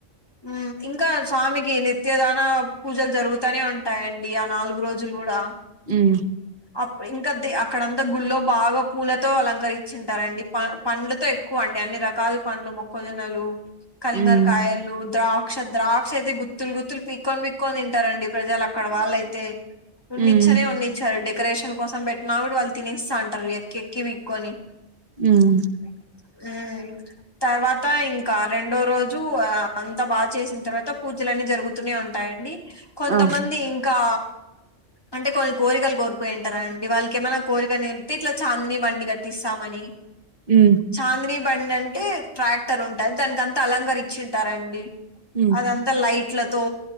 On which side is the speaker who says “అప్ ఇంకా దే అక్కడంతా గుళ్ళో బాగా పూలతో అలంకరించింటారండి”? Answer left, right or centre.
Left